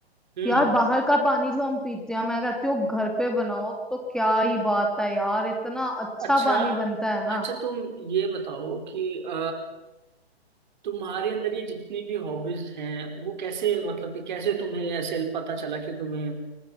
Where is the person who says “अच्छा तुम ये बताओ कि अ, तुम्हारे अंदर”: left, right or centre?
Right